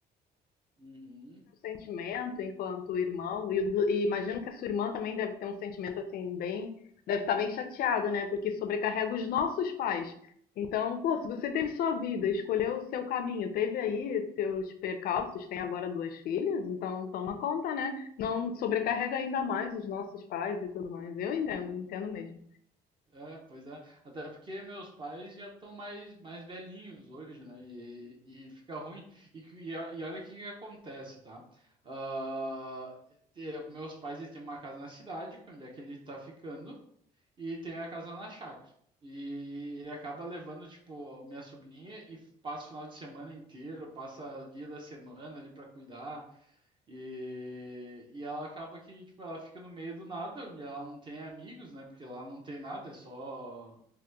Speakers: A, on the right (about 30°); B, on the left (about 60°).
A: Uhum.
B: um sentimento enquanto irmão, e, o do- e imagino que a sua irmã também deve ter um sentimento assim, bem. Deve estar bem chateada, né? Porque sobrecarrega os nossos pais. Então, pô, se você teve sua vida, escolheu o seu caminho, teve aí seus percalços, tem agora duas filhas, então toma conta, né? Não sobrecarrega ainda mais os nossos pais e tudo mais. Eu entendo, entendo mesmo.
A: É, pois é. Até porque meus pais já estão mais, mais velhinhos hoje, né? E, e fica ruim. E, que- e, o- e olha o que que acontece, tá? Ah, te- meus pais eles têm uma casa na cidade, que é onde é que ele tá ficando, e tem a casa na chácara. E ele acaba levando, tipo, minha sobrinha e passa o final de semana inteiro, passa dia da semana ali para cuidar. E, e ela acaba que, tipo, ela fica no meio do nada, onde ela não tem amigos, né? Porque lá não tem nada, é só,